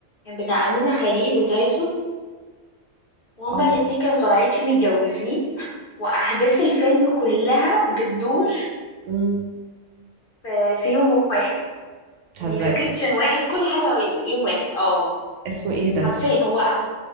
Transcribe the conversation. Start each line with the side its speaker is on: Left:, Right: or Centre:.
Left: كان بتاع امينه خليل وتايسون وهما
Right: اه
Left: الاتنين كانوا طالعين فيه متجوزين واحداث الفيلم كلها بتدور
Right: امم
Left: في في يوم واحد
Right: بتهزري
Left: يعني لوكيشن واحد كل حاجه يوم واحد اه
Right: اسمه ايه ده
Left: عارفين هو هف-